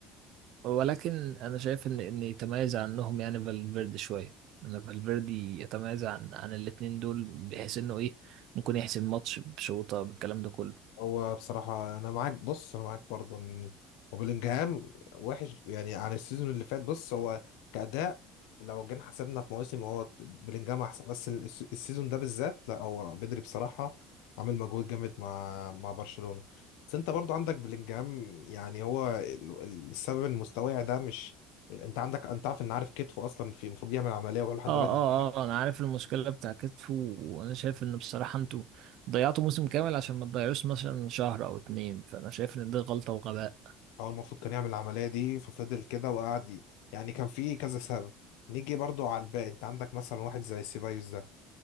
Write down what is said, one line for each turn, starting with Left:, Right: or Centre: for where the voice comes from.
Right: ولكن انا شايف ان ان يتميز عنهم يعني فالفيردي شوية انا فالفيردي يتميز عن عن الاتنين دول بحيث انه ايه ممكن يحسم ماتش بشوطة بالكلام ده كله
Left: هو بصراحة أنا معاك بص أنا معاك برضه إن وبلينجهام وحش يعني عن السيزون اللي فات بص هو كأداء لو جينا حسبنا في مواسم هو بلينجهام أحسن بس الس- السيزون ده بالذات لا هو بدري بصراحة عامل مجهود جامد مع مع برشلونة بس أنت برضه عندك بلينجهام يعني هو ال- ال- السبب إن مستواه ده مش أنت عندك أنت عارف إن عارف كتفه أصلا في المفروض يعمل عملية وهو لحد
Right: اه
Left: دلوقتي
Right: اه
Left: ما
Right: اه انا عارف المشكله بتاع كتفه وانا شايف ان بصراحه انتوا ضيعتوا موسم كامل عشان ما تضيعوش مثلا شهر او اتنين فانا شايف ان دي غلطه وغباء
Left: هو المفروض كان يعمل العملية دي ففضل كده وقعد ي- يعني كان في كذا سبب نيجي برضو على الباقي انت عندك مثلا واحد زي سيبايوس ده